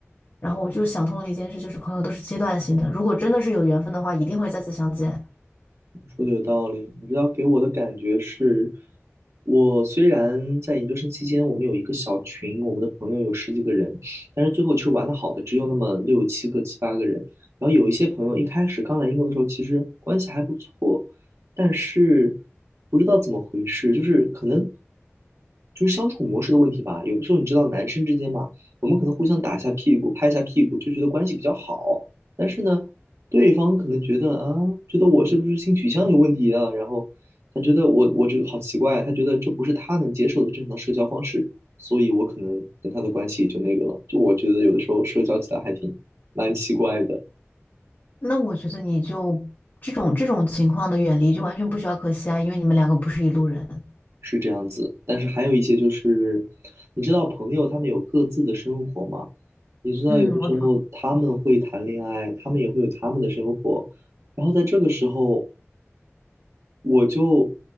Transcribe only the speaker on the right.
说的有道理，你知道给我的感觉是，我虽然在研究生期间，我们有一个小群，我们的朋友有十几个人，但是最后其实玩的好的只有那么六七个、七八个人。然后有一些朋友一开始刚来英国的时候，其实关系还不错，但是不知道怎么回事，就是可能就是相处模式的问题吧。有的时候你知道，男生之间嘛，我们可能互相打一下屁股、拍一下屁股，就觉得关系比较好。但是呢，对方可能觉得啊，觉得我是不是性取向有问题啊？然后他觉得我我这个好奇怪，他觉得这不是他能接受的正常社交方式，所以我可能跟他的关系也就那个了。就我觉得有的时候社交起来还挺蛮奇怪的，
是这样子。但是还有一些就是，你知道朋友他们有各自的生活嘛？你知道有的时候他们会谈恋爱，
他们也会有他们的生活。然后在这个时候，我就